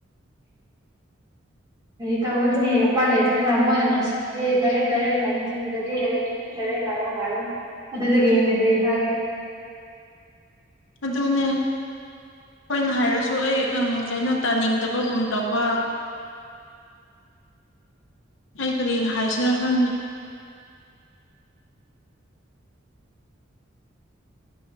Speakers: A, on the right; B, on the left.
A: ꯀꯔꯤ ꯇꯧꯔꯅꯤ ꯎꯄꯥꯏ ꯂꯩꯇꯕꯅ ꯃꯣꯏꯅ ꯅꯨꯡꯁꯤꯔꯥꯗꯤ ꯗꯥꯏꯔꯦꯛ ꯗꯥꯏꯔꯦꯛ ꯍꯥꯏ ꯅꯨꯡꯁꯤꯗ꯭ꯔꯗꯤ ꯅꯨꯡꯁꯤꯔꯦ ꯍꯥꯏꯔꯣ ꯍꯥꯏꯕꯅꯤ ꯑꯗꯨꯗꯒꯤ ꯍꯦꯟꯅ ꯀꯔꯤ ꯍꯥꯏꯒꯦ
B: ꯑꯗꯨꯅꯦ ꯃꯣꯏꯅ ꯍꯥꯏꯔꯁꯨ ꯑꯩ ꯀꯩꯅꯣ ꯇꯥꯅꯤꯡꯗꯕꯒꯨꯝ ꯇꯧꯕ ꯑꯩ ꯀꯔꯤ ꯍꯥꯏꯁꯤꯔꯥ ꯈꯪꯗꯦ